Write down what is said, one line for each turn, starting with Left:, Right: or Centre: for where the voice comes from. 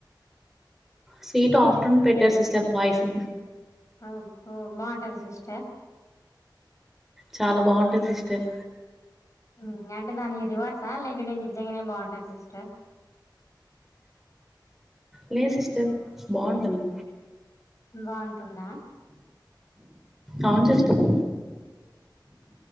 Centre: స్వీట్ ఆఫ్టర్నున్ పెట్టారు సిస్టర్ పాయసం
Left: అబ్బో బాగుంటదా సిస్టర్.
Centre: చాలా బావుంటది సిస్టర్
Left: ఉం అంటే దానికి రివర్స లేకంటే నిజంగానే బావుంటద సిస్టర్
Centre: లేదు సిస్టర్ బావుంటుంది
Left: బావుంటుందా
Centre: అవును సిస్టర్‌